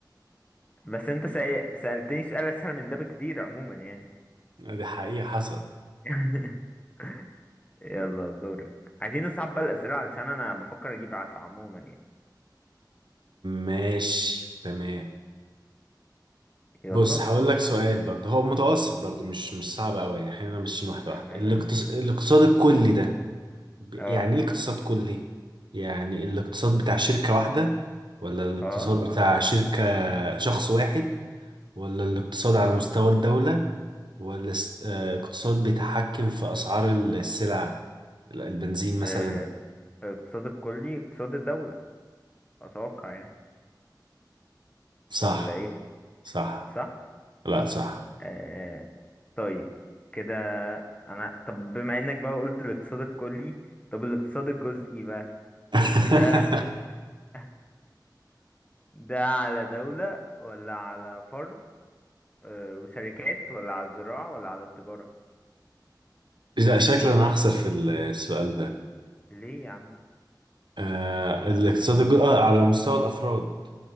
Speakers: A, on the left; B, on the right.
A: بس انت سأ- سألتني سؤال اسهل من ده بكتير عموما يعني
B: آه، دي حقيقة حصل
A: <laughs> يلا دورك عايزين نصعب بقى الاسئلة علشان انا بفكر اجيب عشرة عموما يعني
B: ماشي تمام
A: يلا
B: بص هقول لك سؤال برضه هو متوسط برضه مش مش صعب قوي يعني خلينا ماشيين واحدة
A: تمام
B: واحدة الاقتص... الاقتصاد الكلي ده ب-
A: اه
B: يعني ايه اقتصاد كلي؟ يعني الاقتصاد بتاع شركة واحدة ولا الاقتصاد
A: اه
B: بتاع شركة شخص واحد ولا الاقتصاد على مستوى الدولة والاقتصاد بيتحكم في أسعار السلع البنزين مثلا
A: آه، اقتصاد الكلي اقتصاد الدولة اتوقع يعني
B: صح
A: ولا ايه
B: صح
A: صح
B: لا صح
A: آه طيب كده انا طب بما انك بقى قلت الاقتصاد الكلي طب الاقتصاد الجزئي بقى
B: <laughs>
A: ده <laughs> ده على دولة ولا على فرد آه، وشركات ولا على الزراعة ولا على التجارة
B: لا شكلا أنا هخسر في السؤال ده
A: ليه يا عم
B: آه الاقتصاد الج- آه على مستوى الأفراد